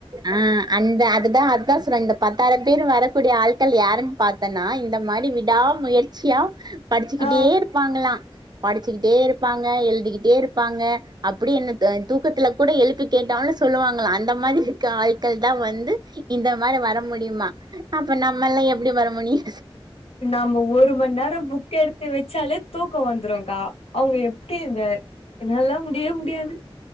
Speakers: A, on the right (about 45°); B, on the left (about 85°).
A: ஆஹ் அந்த அதுதான் அதுதான் சொல்றேன் இந்த பத்தாயிரம் பேர் வரக்கூடிய ஆள்கள் யாருன்னு பாத்தேன்னா இந்த மாரி விடா முயற்சியா படிச்சிக்கிட்டே
B: ஆ
A: இருப்பாங்களா படிச்சிக்கிட்டே இருப்பாங்க எழுதிக்கிட்டே இருப்பாங்க அப்படி என்ன தூக்கத்தல கூட எழுப்பி கேட்டாலு சொல்லுவாங்களா அந்த மாரி ஆள்கள் தான் வந்து இந்த மாரி வர முடியுமா அப்ப நம்மல்லா எப்டி வர முடியோ
B: நாம ஒரு மணி நேரம் புக் எடுத்து வச்சாலே தூக் தூக்காவந்துரோ அக்கா அவங்க எப்டி இதா என்னால முடியவே முடியாது